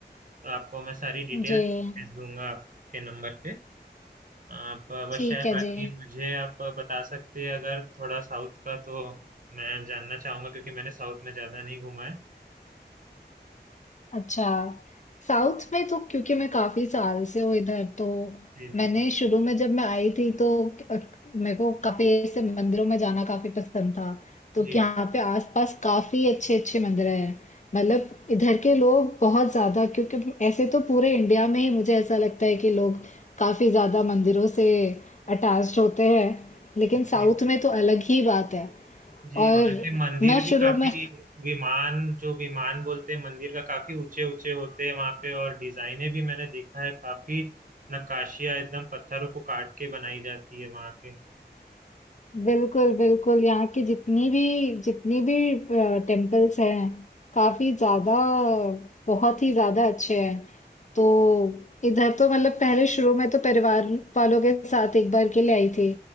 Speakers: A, on the right; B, on the left.
A: तो आपको मैं सारी डिटेल्स
B: जी
A: भेज दूंगा आपके नंबर पे आप अवश्य
B: ठीक
A: है
B: है
A: बाकी
B: जी
A: मुझे आप बता सकते हैं अगर थोड़ा साउथ का तो मैं जानना चाहूंगा क्योंकि मैंने साउथ में ज्यादा नहीं घूमा है
B: अच्छा साउथ में तो क्योंकि मैं काफी साल से हूँ इधर तो
A: जी
B: मैंने
A: जी
B: शुरू में जब मैं आई थी तो अ, मेरे को काफी ऐसे मंदिरों में जाना काफी पसंद था तो
A: जी
B: कि यहाँ पे आसपास काफी अच्छे अच्छे मंदिर हैं मतलब इधर के लोग बहुत ज्यादा क्योंकि ऐसे तो पूरे इंडिया में ही मुझे ऐसा लगता है कि लोग काफी ज्यादा मंदिरों से अटैच्ड होते हैं लेकिन
A: जी
B: साउथ में तो अलग ही बात है
A: जी
B: और
A: वहां के मंदिर
B: मैं शुरू
A: भी काफी
B: में
A: विमान जो विमान बोलते हैं मंदिर का काफी ऊंचे ऊंचे होते हैं वहां पे और डिजाइने भी मैंने देखा है काफी नक्काशियां एकदम पत्थरों को काट के बनाई जाती है वहां के
B: बिल्कुल, बिल्कुल। यहाँ की जितनी भी जितनी भी अ, टेम्पल्स हैं, काफ़ी ज़्यादा बहुत ही ज़्यादा अच्छे हैं। तो इधर तो मतलब पहले शुरू में तो परिवार वालों के साथ एक बार के लिए आई थी,